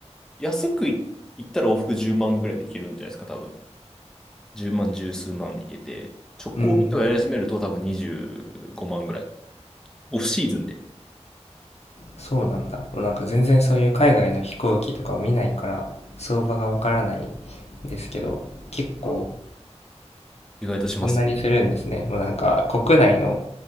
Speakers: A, in the centre; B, on the left.
A: 安くい、行ったら往復10万ぐらいで行けるんじゃないですか、多分。10万、十数万で行けて、直行便とかやり始めると多分25万ぐらい。
B: うん。
A: オフシーズンで。
B: そうなんだ。なんか全然そういう海外の飛行機とかを見ないから相場がわからないんですけど、結構
A: あら、意外としますよね。
B: そんなにするんですね。もうなんか国内の